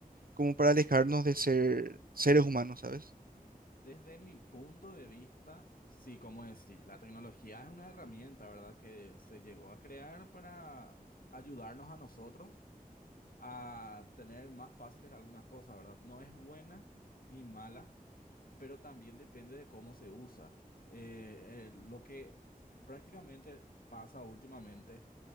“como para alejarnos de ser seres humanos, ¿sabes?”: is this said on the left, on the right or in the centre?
Right